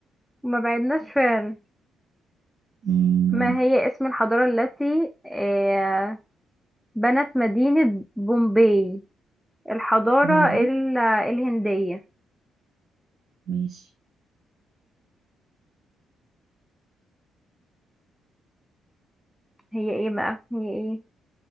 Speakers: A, in the centre; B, on the right.
A: وما بعدناش فعلا
B: مم،
A: ما هي اسم الحضارة التي آه، بنت مدينة بومباي الحضارة
B: بومبي
A: ال- الهندية
B: ماشي
A: هي ايه بقى هي ايه